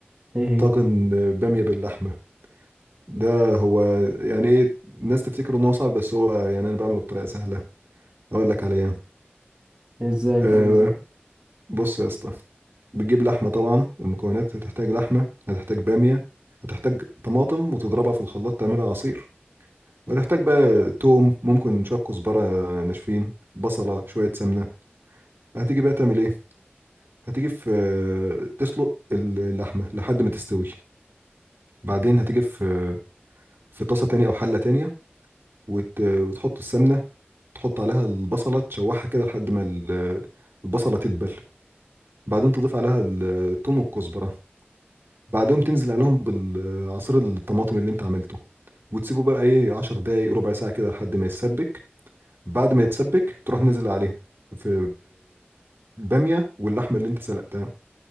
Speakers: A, on the right; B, on the right.
A: ايه هي
B: طاجن بامية باللحمة ده هو يعني ايه الناس تفتكر ان هو صعب بس هو يعني انا بعمله بطريقه سهله اقول لك عليها
A: إيه، ازاي
B: أه
A: تعمل ازاي
B: بص يا اسطى بتجيب لحمه طبعا المكونات هتحتاج لحمه هتحتاج باميه هتحتاج طماطم وتضربها في الخلاط تعملها عصير وهتحتاج بقى توم ممكن شويه كزبره ناشفين بصله شويه سمنه هتيجي بقى تعمل ايه هتيجي في آه، تسلق اللحمه لحد ما تستوي بعدين هتيجي في آه، في طاسه تانية او حله تانية وت- وتحط السمنه تحط عليها البصلة تشوحها كده لحد ما ال- البصلة تدبل بعدين تضيف عليها الثوم والكزبرة بعدهم تنزل عليهم بالعصير الطماطم اللي انت عملته وتسيبه بقى ايه 10 دقايق ربع ساعة كده لحد ما يتسبك بعد ما يتسبك تروح نزل عليه في بالبامية واللحمة اللي انت سلقتها